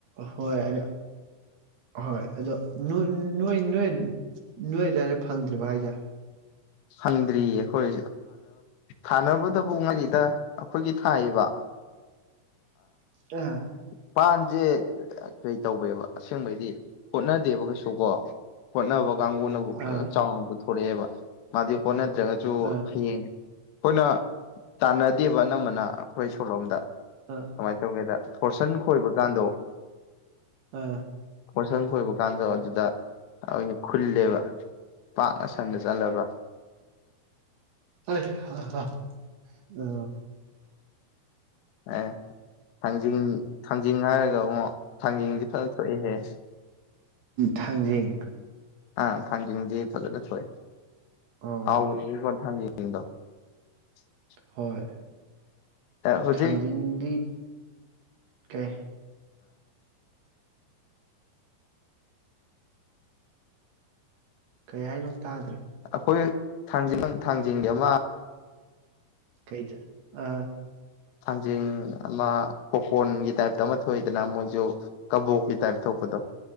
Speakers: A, on the right (about 70°); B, on the left (about 85°).
A: ꯍꯣꯏ ꯑꯗꯣ ꯑꯍꯣꯏ ꯑꯗꯣ ꯅꯣꯏ ꯅꯣꯏ ꯅꯣꯏ ꯑꯗꯨꯋꯥꯏꯗ ꯐꯪꯗ꯭ꯔꯤꯕ ꯍꯥꯏꯁꯦ
B: ꯍꯟꯗ꯭ꯔꯤꯌꯦ ꯑꯩꯈꯣꯏ ꯊꯥꯅꯕꯗꯕꯨ ꯉꯥꯔꯤꯗ ꯑꯩꯈꯣꯏꯒꯤ ꯊꯥꯏꯌꯦꯕ
A: ꯑꯥ
B: ꯎ ꯄꯥꯟꯖꯦ ꯀꯩ ꯇꯧꯕꯦꯕ ꯑꯁꯦꯡꯕꯩꯗꯤ ꯍꯣꯠꯅꯗꯦꯕ ꯀꯩꯁꯨ ꯀꯣ ꯍꯣꯠꯅꯕ ꯅꯕꯨ
A: ꯑꯥ
B: ꯆ ꯄꯨꯦꯕ ꯃꯥꯖꯤꯒꯤ ꯐꯣꯟꯅꯦ ꯖꯁꯨꯣ
A: ꯑꯥ
B: ꯍꯌꯦ ꯑꯩꯈꯣꯏꯅ ꯇꯥꯟꯅꯗꯦꯕ ꯑꯅꯝꯕꯅ ꯑꯩꯈꯣꯏ ꯁꯣꯂꯣꯝꯗ
A: ꯑꯥ
B: ꯀꯃꯥꯏꯅ ꯇꯧꯒꯦꯗ ꯊꯣꯔꯁꯟ ꯈꯣꯏꯕ ꯀꯥꯟꯗꯣ
A: ꯑꯥ
B: ꯄꯣꯟꯠꯁꯟ ꯀꯣꯏꯕ ꯀꯥꯟꯗ ꯑꯗꯨꯗ ꯑꯩꯅ ꯈꯨꯜꯂꯦꯕ ꯑ ꯁꯟꯗ ꯆꯠꯂꯒ
A: ꯑ ꯑ
B: ꯑꯦ ꯊꯥꯡꯖꯤꯡ ꯊꯥꯡꯖꯤꯡ ꯍꯥꯏꯔꯒ ꯑꯣꯛ ꯊꯥꯡꯖꯤꯡꯗꯤ ꯐꯖꯅ ꯊꯣꯛꯑꯦꯍꯦ
A: ꯊꯥꯡꯖꯤꯡ
B: ꯑ ꯊꯝꯖꯗꯤ ꯆꯦ ꯊꯣꯛꯋ
A: ꯑꯣ
B: ꯍꯥꯎꯅꯤꯒꯣꯟ <inaudible>
A: ꯍꯣꯏ
B: ꯍꯧꯖꯤꯛ
A: ꯊꯥꯡꯖꯤꯡꯗꯤ ꯀꯦ ꯀꯩ ꯍꯥꯏꯅꯣ ꯇꯥꯗ꯭ꯔꯦ
B: ꯑꯩꯈꯣꯏ ꯊꯥꯡꯖꯤꯡ ꯊꯥꯡꯖꯤꯡꯒꯤ ꯑꯃ
A: ꯀꯩꯗ ꯑꯥ
B: ꯊꯥꯡꯖꯤꯡ ꯑꯃ ꯄꯣꯀꯣꯔꯟꯒꯤ ꯇꯥꯏꯞꯇ ꯑꯃ ꯊꯣꯛꯏꯗꯅ ꯃꯣꯏꯁꯨ ꯀꯕꯣꯛꯀꯤ ꯇꯥꯏꯞ ꯊꯣꯛꯄꯗꯣ